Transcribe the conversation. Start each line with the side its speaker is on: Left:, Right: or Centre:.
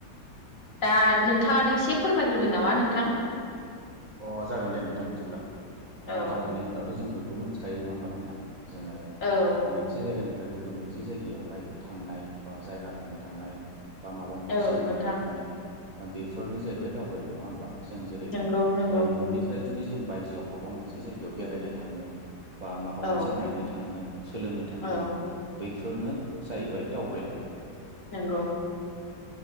Left: दा नोंथाङानो एसे फोरमायग्रोदो नामा नोंथां?
Right: अ जागोन दे नोंथां मिथिब्ला
Left: औ
Right: दावबायनाय हब्लाथ' जों बयबो मोनसे मिथिखायो नङा होमबा नोंथां जोङो
Left: औ
Right: मोनसे जायगानिफ्राय गुबुन मोनसे जायगायावहाय थांनाय बा जायगा नायनो थांनाय। बा माबा मोनसे
Left: औ
Right: सोलोंनो
Left: नोंथां
Right: थांनाय बेफोरनो जाहैबाय दावबायनाय नङा होमबा जों जेरै
Left: नंगौ नंगौ
Right: न'निफ्राय जुदि जों बायजोआव माबा मोनसे जायगायाव बेरायनो थाङो। बा माबा
Left: औ
Right: मोनसे नायनो थाङो सोलोंनो थाङो।
Left: औ
Right: बैफोरनो जाहैबाय दावबायनाय
Left: नंगौ।